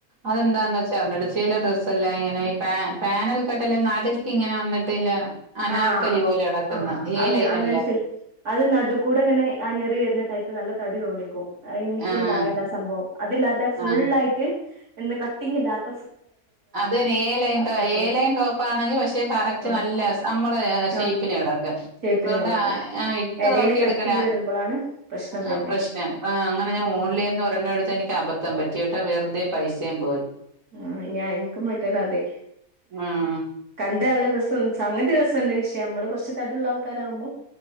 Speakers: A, on the right; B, on the right.
A: അതെന്താ ച്ചടിച്ചയില ഡ്രസ്സല്ല ഇങ്ങനെ ഈ പ പാനൽക്കട്ടല്ല നടുക്കി ഇങ്ങനെ വന്നിട്ടില്ല അനാർക്കലി
B: ആഹ്
A: പോലെ നടക്കുന്ന
B: ആഹ്
A: ഏലയിനല്ലാം
B: അങ്ങ അങ്ങനത്തെ അത് നടു കൂടെ ഇങ്ങനെ ആഞ്ഞെറി വരുന്ന ടൈപ്പ് നല്ല തടി തോന്നിക്കും അത് എനിക്കുണ്ടാവേണ്ട
A: ആഹ്
B: ആ സംഭവം അതില്ലാതെ ഫുൾ
A: ആഹ് ആ
B: ആയിട്ട് എന്ന് കട്ടിംഗാത്ത
A: അത് തന്നെ ഏ ലൈൻ
B: കുഴപ്പല്ല
A: ഏ ലൈൻ ടോപ്പ ആണെങ്കിൽ പക്ഷെ കറക്റ്റ്
B: ആഹ്
A: നല്ല നമ്മളെ ഷേപ്പിനെ
B: ആഹ്
A: കിടക്ക്
B: ഷേപ്പിന്
A: അതുകൊണ്ട്
B: കൊടുക്കും
A: ആ ഇട്ട്
B: എടേല്
A: നോക്കി
B: കട്ടിങ്
A: എടുക്കണ
B: വരുമ്പളാണ് പ്രശ്നം വരുന്നെ
A: ആ പ്രശ്നം ആ അങ്ങനെ ഞാൻ
B: ഉം
A: ഓൺലിന്ന് ഒരണ്ണം എടുത്ത് എനിക്ക് അബദ്ധം ദ്ധം പറ്റി വെറുതെ പൈസയും പോയി
B: ആ ഞാൻ എനിക്കും പെട്ടേണ് അതെ
A: ഉം
B: കണ്ട നല്ല രസം സംഗതി രസം വിഷയം നമ്മള് കുറച്ച് തടി ഉള്ള ആൾക്കാരാവകുമ്പോ